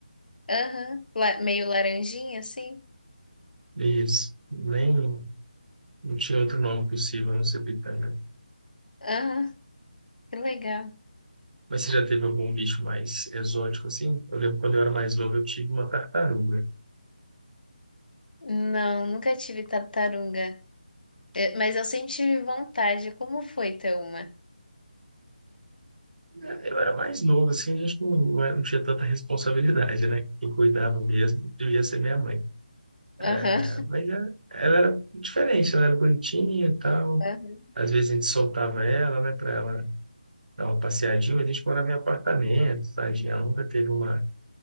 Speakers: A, on the left; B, on the right.
A: Aham, la- meio laranjinha assim.
B: Isso. Nem, não tinha outro nome possível a não ser Pitanga.
A: Aham, que legal.
B: Mas você já teve algum bicho mais exótico assim? Eu lembro quando eu era mais novo, eu tive uma tartaruga.
A: Não, nunca tive tartaruga, É, mas eu sempre tive vontade. Como foi ter uma?
B: Eh, Eu era mais novo, assim, a gente não, não era- não tinha tanta responsabilidade, né? Quem cuidava mesmo devia ser minha mãe,
A: Aham.
B: cara. Mas ela, ela era diferente, ela era bonitinha e tal.
A: Aham.
B: Às vezes a gente soltava ela, né, pra ela dar uma passeadinha, mas a gente morava em apartamento, tadinha. Ela nunca teve uma,